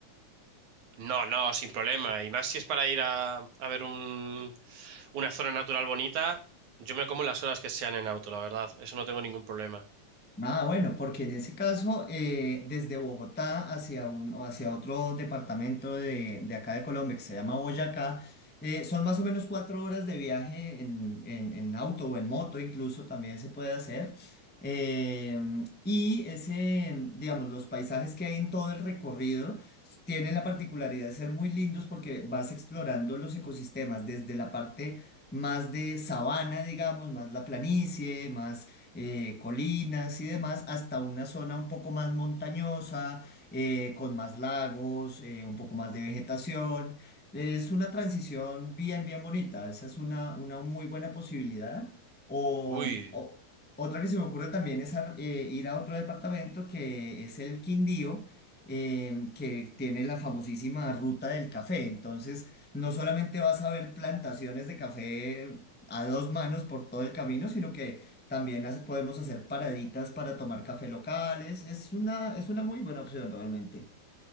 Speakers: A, on the right (about 70°); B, in the centre.
A: No, no, sin problema. Y más si es para ir a, a ver un- una zona natural bonita, yo me como las horas que sean en auto, la verdad. Eso no tengo ningún problema.
B: Ah, bueno, porque en ese caso, eh, desde Bogotá hacia un, o hacia otro departamento de, de acá de Colombia que se llama Boyacá, eh, son más o menos cuatro horas de viaje en, en- en auto o en moto, incluso también se puede hacer. Em, y ese, digamos, los paisajes que hay en todo el recorrido tienen la particularidad de ser muy lindos porque vas explorando los ecosistemas desde la parte más de sabana, digamos, más la planicie, más eh, colinas y demás, hasta una zona un poco más montañosa, eh, con más lagos, eh, un poco más de vegetación. Es una transición bien, bien bonita. Esa es una, una muy buena posibilidad. O,
A: Uy,
B: o- otra que se me ocurre también es ar- eh, ir a otro departamento que es el Quindío, eh, que tiene la famosísima ruta del café. Entonces, no solamente vas a ver plantaciones de café a dos manos por todo el camino, sino que también las podemos hacer paraditas para tomar café locales. Es una, es una muy buena opción realmente.